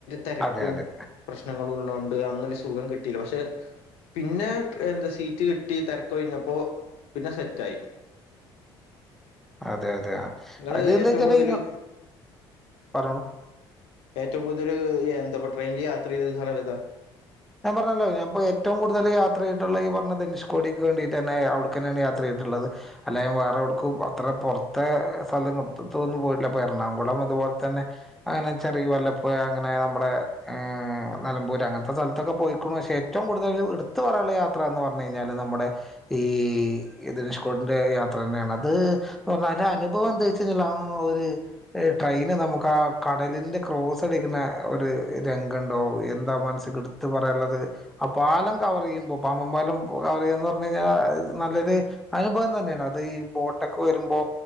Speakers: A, on the left; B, in the centre.
A: തിരക്കും
B: അതെ അതെ
A: പ്രശ്നങ്ങളും ഉള്ളോണ്ട് അന്നൊരു സുഖം കിട്ടിയില്ല പക്ഷെ പിന്നെ എന്താ സീറ്റ് കിട്ടി തിരക്ക് കഴിഞ്ഞപ്പോ പിന്നെ സെറ്റായി
B: അതെ അതെ
A: നിങ്ങള്
B: അത് എന്താച്ചാല്
A: ഏറ്റവും കൂടുതല്
B: പറഞ്ഞളൂ
A: ഏറ്റവും കൂടുതല് എന്താപ്പൊ ട്രെയിനിൽ യാത്ര ചെയ്ത സ്തലം ഏതാ
B: ഞാൻ പർഞ്ഞല്ലോ ഞാപ്പോ ഏറ്റോം കൂട്തല് യാത്രെയ്തിട്ടുള്ള ഈ പർണ ധനുഷ് കോടിക്ക് വേണ്ടിട്ടെന്നെ അവിടക്കെന്നേണ് യാത്രെയ് ള്ളത് അല്ലാതെ വേറെവ്ടുക്കും അത്ര പൊർത്തെ ഏഹ് സലങ് ത്തൊന്നും പോയിട്ട്ല്ല അപ്പം എറണാകുളം അത് പോൽതന്നെ അങ്ങനെ ചെറീ വെല്ലപ്പുഴ അങ്ങനെ നമ്മുടെ ഏവ് നെലമ്പൂർ അങ്ങൻത്തെ സൽ ത്തൊക്കെ പൊയ്ക്കിണു പഷെ ഏറ്റോം കൂടുതൽ ഇടിത്ത് പറയാള്ള യാത്രന്ന് പർഞ്ഞഴിഞ്ഞാല് നമ്മുടെ ഈ ധനുഷ്കോടിന്റെ യാത്രെന്നേണ് അത് പർഞ്ഞാല് അനുഭവം എന്തേച്ചേഞ്ഞാല് ആഹ് ഒര് ഏഹ് ട്രെ പിന്നെ നമുക്ക് ആ കടലിന്റെ ക്രോസ് അടിക്കുന്ന ഒരു രംഗണ്ടോ എന്താ മനസ്സി കിടു ത്ത് പറയാള്ളത് ആ പാലം കവറെയ്യുമ്പോ പാമ്പൻപാലം കവറെയ്യാന്ന് പർഞ്ഞഴിഞ്ഞാ നല്ലൊര് അനുഭവം തെന്ന്യാണ് അത് ഈ ബോട്ടൊക്കെ വരുമ്പോ